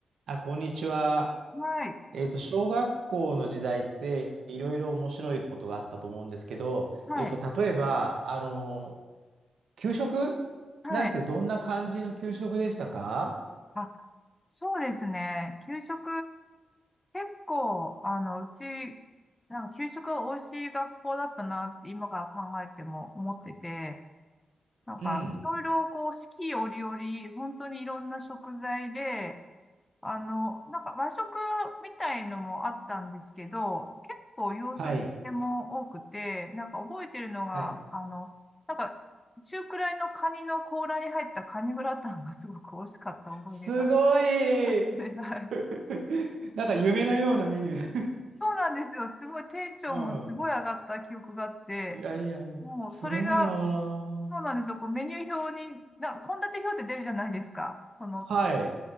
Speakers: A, on the right; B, on the left.
A: あ、こんにちは。
B: はい、
A: えっと、小学校の時代っていろいろ面白いことがあったと思うんですけど、
B: はい、
A: えっと、例えば、あの、給食
B: はい。
A: なんてどんな感じの給食でしたか
B: あ、そうですね。給食、結構、あの、うち、なんか給食が美味しい学校だったなって今から考えても思ってて、なんか、
A: うん。
B: いろいろこう、四季折々、本当にいろんな食材で、あの、なんか和食みたいのもあったんですけど、結構洋食系も多くて、
A: はい。
B: なんか覚えてるのが、
A: はい。
B: あの、なんか中くらいのカニの甲羅に入ったカニグラタンが <laughs> すごく美味しかった思い出が。
A: すごい
B: <laughs> はい。
A: <laughs> なんか夢のようなメニュー
B: そうなんですよ。すごいテンションがすごい上がった記憶があって、
A: うん。いやいやいや、
B: もうそれが、
A: すごいなぁ。
B: そうなんですよ。こうメニュー表に、な、献立表って出るじゃないですか。その好
A: はい。